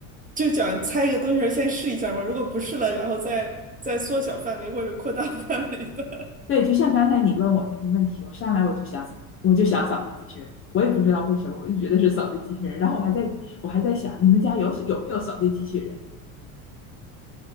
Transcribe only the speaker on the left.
对，就像刚才你问我那个问题，我上来我就想，我就想扫地机器人，我也不知道为什么，我就觉得是扫地机器人，然后我还在我还在想，你们家有有没有扫地机器人？